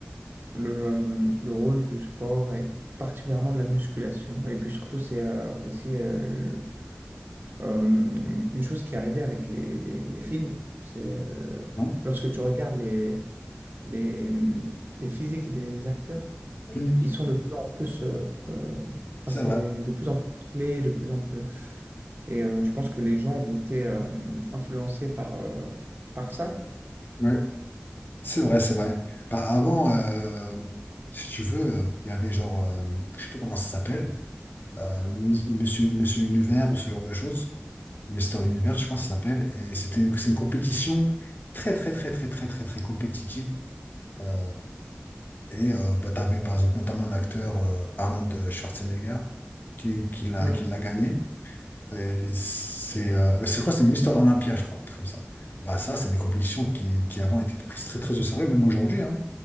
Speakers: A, on the right; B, on the left.
A: le, euh, le rôle du sport et particulièrement de la musculation. Et puis surtout, c'est euh, aussi euh, euh, une chose qui est arrivée avec les, les, les films. C'est euh,
B: Non
A: lorsque tu regardes les, les, les physiques des acteurs,
B: Mm.
A: ils sont de plus en plus, euh, euh, enfin,
B: C'est
A: c'est
B: vrai.
A: de plus en plus clés, de plus en plus. Et euh, je pense que les gens ont été euh, influencés par, euh, par ça.
B: Ouais. C'est vrai, c'est vrai. Bah, avant, euh, si tu veux, euh, il y avait genre, euh, je sais plus comment ça s'appelle, euh, Miss- Monsieur, Monsieur Univers ou ce genre de choses. Mister Univers, je crois que ça s'appelle. Et c'était une, c'est une compétition très, très, très, très, très, très, très compétitive. Euh, et euh, bah, tu avais par exemple notamment l'acteur euh, Arnold Schwarzenegger qui, qui l'a,
A: Mm.
B: qui l'a gagné. Et c'est euh, c'est quoi? C'est Mister Olympia, je crois, un truc comme ça. Bah, ça, c'est des compétitions qui, qui avant étaient prises très, très au sérieux, même aujourd'hui. hein.